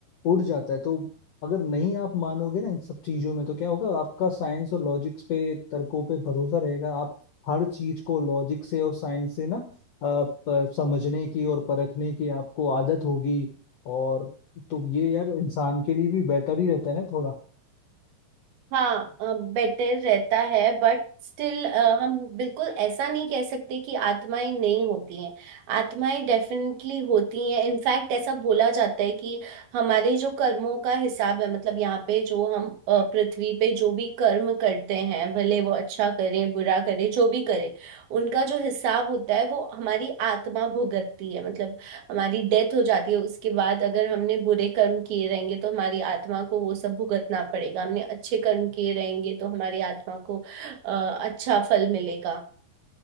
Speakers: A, on the left; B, on the right.
A: उड़ जाता है तो अगर नहीं आप मानोगे ना इन सब चीजों में तो क्या होगा आपका साइंस और लॉजिक्स पे तर्कों पे भरोसा रहेगा आप हर चीज को लॉजिक से और साइंस से ना अ, प- समझने की और परखने की आपको आदत होगी और तो ये यार इंसान के लिए भी बेटर ही रहता है ना थोड़ा
B: हाँ बेटर रहता है बट स्टिल हम बिल्कुल ऐसा नहीं कह सकते कि आत्माएं नहीं होती हैं आत्माएं डेफिनेटली होती हैं इनफैक्ट ऐसा बोला जाता है कि हमारे जो कर्मों का हिसाब है मतलब यहाँ पे जो हम अ, पृथ्वी पे जो भी कर्म करते हैं भले वो अच्छा करें बुरा करें जो भी करें उनका जो हिसाब होता है वो हमारी आत्मा भुगतती है मतलब हमारी डेथ हो जाती है उसके बाद अगर हमने बुरे कर्म किए रहेंगे तो हमारी आत्मा को वो सब भुगतना पड़ेगा हमने अच्छे कर्म किए रहेंगे तो हमारी आत्मा को अ, अच्छा फल मिलेगा